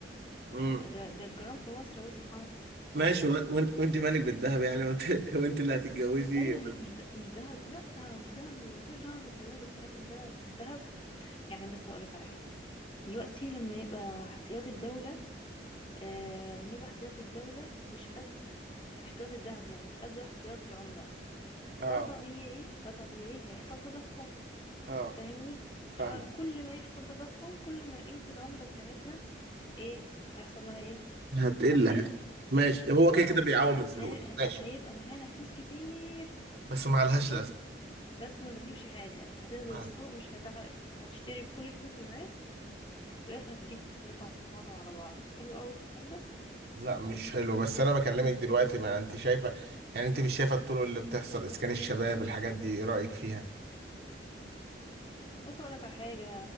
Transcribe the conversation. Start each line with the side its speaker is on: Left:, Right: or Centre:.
Right: امم
Left: ده ده الجرام في مصر وصل خمس
Right: ماشي
Left: تلاف
Right: وانت وانت مالك بالذهب يعني وانت <laughs> وانت اللي هتتجوزي
Left: ايوه مش مش ده- مش دهب لا آه، مش دهب ملوش دعوة بالجواز والكلام من ده ده الدهب يعني بس هقولك على حاجة دلوقتي لما يبقى احتياطي الدولة آه لما يبقى احتياطي الدولة مش قد احتياطي الذهب يعني مش قد احتياطي العملة
Right: اه
Left: فطبيعي فطبيعي هيحصل تضخم
Right: اه
Left: فاهمني فكل
Right: فاهم
Left: ما يحصل تضخم كل ما قيمة العملة بتاعتنا ايه هيحصل لها ايه
Right: هتقل
Left: هتقل
Right: ماشي هو كده
Left: اه
Right: كده بيعوم الفلوس
Left: هن- هي-
Right: ماشي
Left: هيبقى معانا فلوس كتير
Right: بس ما لهاش
Left: بس
Right: لازمه
Left: بس ما بتجيبش حاجة هتنزل
Right: آه.
Left: السوق مش هتعرف هتشتري بكل الفلوس اللي معاك في الآخر هتجيب كيلو طماطم على بعض حلو قوي الكلام ده
Right: لا مش حلو بس انا بكلمك دلوقتي ما انت شايفه يعني انت مش شايفه الطرق اللي بتحصل اسكان الشباب الحاجات دي ايه رايك فيها
Left: بص أقولك على حاجة